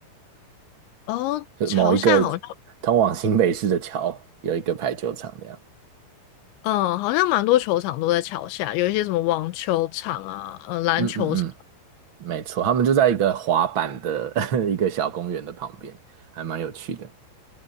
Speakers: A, on the left; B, on the right.
A: 哦，
B: 就某一个
A: 潮汕好像。
B: 通往新北市的桥有一个排球场这样。
A: 嗯，好像蛮多球场都在桥下，有一些什么网球场啊，呃，篮球场，
B: 嗯嗯嗯，没错，他们就在一个滑板的 <laughs> 一个小公园的旁边，还蛮有趣的。